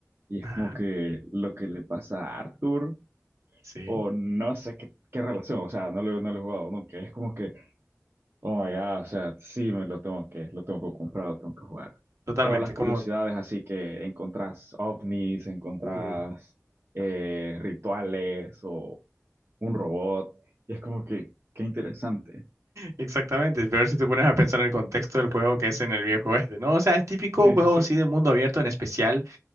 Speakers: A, on the right (about 45°); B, on the right (about 65°).
A: y
B: ajá,
A: es como que lo que le pasa a Arthur,
B: sí,
A: o no sé qué, qué relación, o sea, no lo, no lo he jugado nunca, es como que, oh my God, o sea, sí me lo tengo que, lo tengo que comprar, lo tengo que jugar.
B: totalmente,
A: O las
B: como...
A: curiosidades así que encontrás ovnis, encontrás
B: uh,
A: eh, rituales o un robot, y es como que, qué interesante.
B: Exactamente, pero si te pones a pensar en el contexto del juego que es en el viejo oeste, ¿no? O sea, es típico
A: Sí,
B: juego
A: sí, sí.
B: así de mundo abierto, en especial